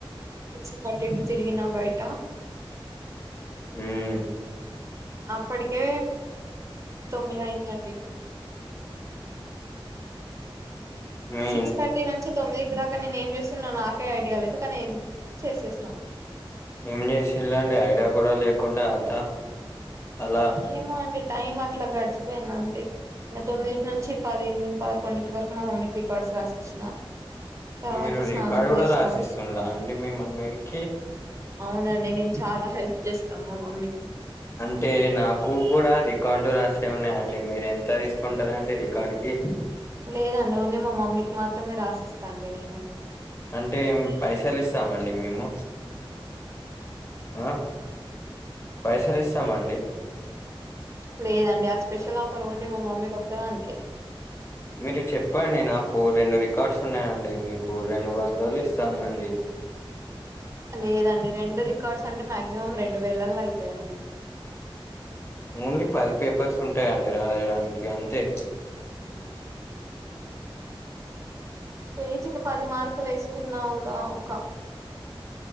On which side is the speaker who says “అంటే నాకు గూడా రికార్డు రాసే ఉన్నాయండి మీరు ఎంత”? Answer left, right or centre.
Left